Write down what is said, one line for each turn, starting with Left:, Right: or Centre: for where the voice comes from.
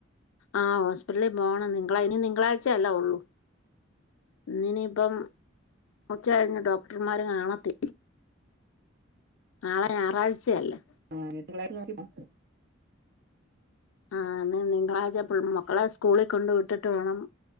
Left: ആഹ് ഹോസ്പിറ്റ്ലിൽ പോണം. നിങ്കളൈനി നിങ്കളാഴ്ചയല്ല ഒള്ളൂ. ഇ ഇനിയിപ്പം ഉച്ച കഴിഞ്ഞ് ഡോക്ടർമാര് കാണത്തി നാളെ ഞായറാഴ്ചയല്ലേ
Right: ആത്ര <unintelligible> നോക്കിപ്പോ
Left: ആഹ് നിങ്കളാഴ്ച എപ്പളും മക്കളെ സ്കൂളി കൊണ്ട് വിട്ടിട്ട് വേണം